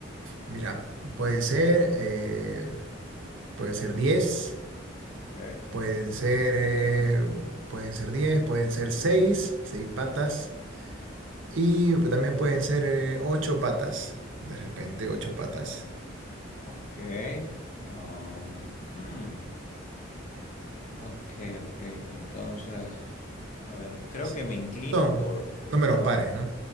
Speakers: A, on the right; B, on the left.
A: Mira, puede ser. eh, pueden ser diez
B: Ok,
A: pueden ser, eh, pueden ser diez pueden ser seis 6 patas, y también pueden ser eh, 8 patas, de repente 8 patas.
B: ok, um, hmm, ok, ok, entonces, a ver, creo
A: S-
B: que me inclino
A: Son
B: por,
A: números
B: perdón,
A: pares, ¿no?